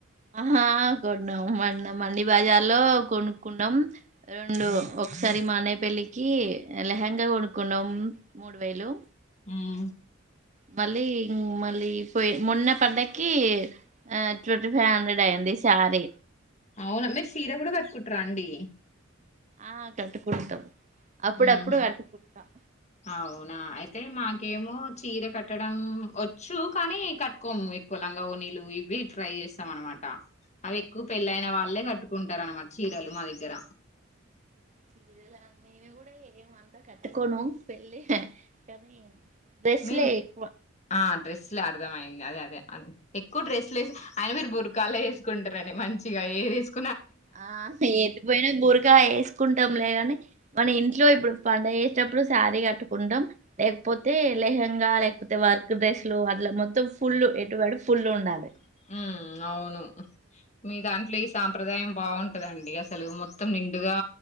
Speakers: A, on the right; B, on the left.
A: ఆహా కొన్నాం మం మండి బజార్ లో కొనుక్కున్నాం రెండు ఒకసారి మా అన్నయ్య పెళ్లికి లెహంగా కొనుక్కున్నాం మూడు వేలు
B: హమ్
A: మళ్ళీ మళ్ళీ పోయి మొన్న పండగకి ఆ ట్వంటీ ఫైవ్ హండ్రెడ్ అయయింది ఈ సారి
B: అవునా మీరు సీర కూడా కట్టుకుంటార అండి
A: ఆ కట్టుకుంటాం అప్పుడప్పుడు
B: హమ్
A: కట్టుకుంటాం
B: అవునా అయితే మా ఇంకేమో చీర కట్టడం వచ్చు కానీ కట్టుకోము ఎక్కువ లంగా నీలు ఇవి ట్రై చేస్తాం అనమాట అవి ఎక్కువ పెళ్ళయిన వాళ్ళే కట్టుకుంటారు అనమాట చీరలు మా దగ్గర
A: చీరిలు నేను కూడా ఏమ అంతా కట్టుకోను పెళ్లి కానీ డ్రెస్లే
B: మ
A: ఎక్కువ
B: ఆ డ్రైస్సులు అరుదమఐ అదే అదే అది ఎక్కువ డ్రెస్లు వేసి ఆయన మీరు బురకాల వేసుకుంటారని మంచిగా ఏ వేసుకు
A: ఆ ఎది పోయినా బురగా వేసుకుంటాంలేగాని మన ఇంట్లో ఇప్పుడు పడుగ చేసేటప్పుడు శారీ కట్టుకుంటాం లేకపోతే లహ లేకపోతే వర్క్ డ్రెస్సులు వాటిల మొత్తం ఫుల్లు ఎటు ఫుల్ ఉండాలి
B: ఉ అవును మీ దాంట్లో ఈ సాంప్రదాయం బాగుంటదండి అసలు మొత్తం నిండుగా